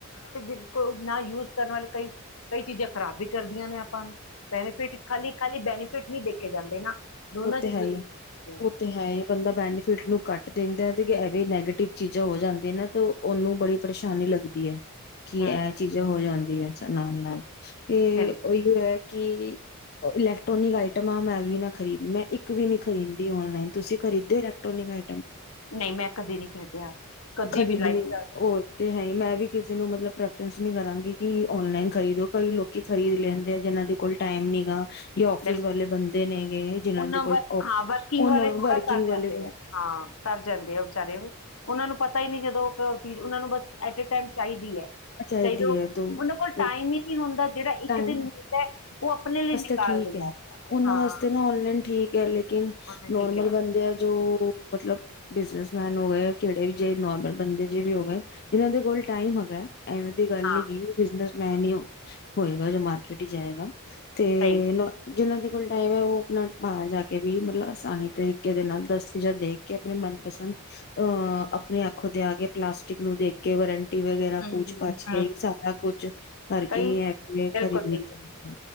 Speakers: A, on the left; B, on the left.
A: ਤੇ ਕੋ ਨਾਲ ਯੂਜ ਕਰਨ ਵਾਲੇ ਕਈ-ਕਈ ਚੀਜ਼ਾਂ ਖ਼ਰਾਬ ਵੀ ਕਰਦੀਆਂ ਨੇ ਆਪਾਂ ਨੂੰ, ਬੈਨੀਫਿਟ ਖਾਲੀ-ਖਾਲੀ ਬੈਨੀਫਿਟ ਨਹੀਂ ਦੇਖੇ ਜਾਂਦੇ ਨਾ। ਦੋਨਾਂ
B: ਉਹ ਤੇ
A: ਚੀਜ਼ਾਂ
B: ਹੈ ਹੀ
A: ਦੇਖੀ ਜਾਂਦੀ
B: ਉਹ ਤੇ ਹੈ ਹੀ, ਬੰਦਾ ਬੈਨੀਫਿਟ ਨੂੰ ਕੱਟ ਦੇਂਦਾ ਏ, ਐਵੇਂ ਨੈਗੇਟਿਵ ਚੀਜ਼ਾਂ ਹੋ ਜਾਂਦੀ ਨਾ ਤਾਂ ਉਹਨੂੰ ਬੜੀ ਪਰੇਸ਼ਾਨੀ ਲੱਗਦੀ ਹੈ। ਕੀ
A: ਹਮ
B: ਐ ਚੀਜ਼ਾਂ ਹੋ ਜਾਂਣ ਦੀ ਐ ਨਾਲ-ਨਾਲ। ਤੇ
A: ਬਿਲਕੁਲ
B: ਉਹੀਓ ਹੈ ਕਿ ਇਲੈਕਟ੍ਰੋਨਿਕ ਆਈਟਮਾਂ ਮੈਂ ਵੀ ਨਾ ਖਰੀਦ ਮੈਂ ਇੱਕ ਵੀ ਨੀ ਖਰੀਦਦੀ ਔਨਲਾਈਨ ਤੁਸੀਂ ਖਰੀਦਦੇ ਇਲੈਕਟ੍ਰੋਨਿਕ ਆਇ
A: ਨਹੀਂ ਮੈਂ ਕਦੇ ਨੀ ਖਰੀਦੀਆ ਕਦੀ
B: ਖਰੀਦਣੀ
A: ਵੀ ਲਾਈਫ ਚ ਅੱਜ
B: ਉਹ ਤੇ ਹੈ ਹੀ ਮੈਂ ਵੀ ਕਿਸੇ ਨੂੰ ਮਤਲਬ ਪ੍ਰੈਫਰੈਂਸ ਨੀ ਕਰਾਂਗੀ ਕਿ ਓਨਲਾਈਨ ਖਰੀਦੋ ਕਈ ਲੋਕੀ ਖਰੀਦ ਲੈਂਦੇ ਆ ਜਿਨਾਂ ਦੇ ਕੋਲ ਟਾਈਮ ਨੀ ਗਾ ਯਾਂ ਆਫੀਸ
A: ਬਿਲਕੁਲ
B: ਵਾਲੇ ਬੰਦੇ ਨੇ। ਜਿਨਾਂ
A: ਉਹਨਾਂ
B: ਦੇ ਕੋਲ
A: ਵਰ ਹਾਂ ਵਰਕਿੰਗ
B: ਉਹਨਾਂ
A: ਵਾਲੇ ਥੋੜਾ
B: ਵਰਕਿੰਗ
A: ਕਰ
B: ਵਾਲੇ
A: ਜਾਂਦੇ ਐ ਹਾਂ ਕਰ ਜਾਂਦੇ ਐ ਵਿਚਾਰੇ ਉਹ, ਉਨਾਂ ਉਹ ਨੂੰ ਪਤਾ ਹੀ ਨੀ ਜਦੋਂ ਚੀਜ਼ ਉਹਨਾਂ ਨੂੰ ਬਸ ਐਟ-ਏ-ਟਾਈਮ ਚਾਹੀਦੀ ਹੈ।
B: ਚਾਹੀਦੀ
A: ਚਾਇਦੀ ਐ,
B: ਹੈ, ਤਾਂ
A: ਉਹਨਾਂ ਕੋਲ ਟਾਈਮ
B: ਉਹ
A: ਹੀ ਨਹੀਂ ਹੁੰਦਾ ਜਿਹੜਾ ਇੱਕ
B: ਟਾਈਮ
A: ਦਿਨ ਮਿਲਦਾ ਐ ਉਹ ਆਪਣੇ ਲਈ ਨਿਕਾਲਦੇ
B: <unintelligible>
A: ਆ
B: ਉਹਨਾਂ
A: ਹਾਂ
B: ਵਾਸਤੇ ਨਾ ਔਨਲਾਈਨ ਠੀਕ ਹੈ ਲੇਕਿਨ
A: ਉਹਨਾਂ
B: ਨੋਰਮਲ
A: ਠੀਕ ਹੈ
B: ਬੰਦੇ ਆ ਜੋ ਮਤਲਬ ਬਿਜਨਸ ਮੈਨ ਹੋ ਗਏ ਕਿਹੜੇ ਵੀ ਜੇ ਨੋਰਮਲ ਬੰਦੇ ਜੇ ਵੀ ਹੋ ਗਏ ਜਿਨਾਂ ਦੇ ਕੋਲ ਟਾਈਮ ਹੈਗਾ। ਐਵੇਂ ਦੀ ਗੱਲ
A: ਹਾਂ
B: ਨਹੀਂ ਹੈਗੀ ਬਿਜਨਸ ਮੈਨਊ ਹੋਏਗਾ ਜੋ ਮਾਰਕੀਟ ਹੀ ਜਾਏਗਾ। ਤੇ
A: ਸਹੀ
B: ਲੋ <unintelligible> ਜਿਹਨਾਂ ਦੇ ਕੋਲ ਟਾਈਮ ਹੈ ਉਹ ਆਪਣਾ ਬਾਹਰ ਜਾ ਕੇ ਵੀ ਮਤਲਬ ਆਸਾਨੀ ਤਰੀਕੇ ਦੇ ਨਾਲ ਦਸ ਚੀਜ਼ਾਂ ਦੇਖ ਕੇ ਆਪਣੇ ਮਨਪਸੰਦ ਅਹ ਆਪਣੀ ਅੱਖੋ ਤੇ ਆ ਕੇ ਪਲਾਸਟਿਕ ਨੂੰ ਦੇਖ ਕੇ ਵਰ ਟੀ ਵਗੈਰਾ
A: ਹਮ,
B: ਪੂਛ
A: ਹਮ,
B: ਪਾਛ ਕੇ
A: ਹਮ,
B: ਹੀ ਸਾਰਾ ਕੁਛ ਕਰਕੇ
A: ਕਈ
B: ਹੀ ਐ
A: ਬਿਲਕੁਲ
B: ਖਰੀਦਣੀ
A: ਬਿਲਕੁਲ
B: ਚਾਹੀ